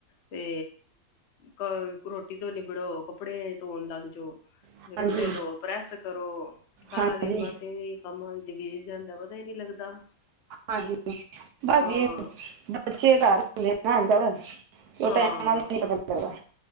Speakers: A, on the left (about 75°); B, on the right (about 75°).
A: ਤੇ ਕ ਰੋਟੀ ਤੋਂ ਨਿਬੜੋ ਕੱਪੜੇ ਧੋਣ ਲੱਗ ਜੋ
B: ਹਾਂਜੀ
A: ਕੱਪੜੇ ਧੋ, ਪ੍ਰੈਸ ਕਰੋ। ਸਾਰਾ
B: ਹਾਂਜੀ
A: ਦਿਨ ਬਸ ਵੀ ਕੰਮਾਂ ਵਿੱਚ ਬੀਤ ਜਾਂਦਾ ਪਤਾ ਈ ਨੀ ਲੱਗਦਾ।
B: ਹਾਂਜੀ ਬਸ
A: ਹਾਂ
B: ਜੀ ਬੱਚੇ ਘਰ ਓਂਦੇ ਨਾ ਅੱਜ ਕੱਲ। ਉਹ
A: ਹਾਂ
B: ਟੈਮਾ ਦੀ ਨੀ ਪਤਾ ਲੱਗਦਾ।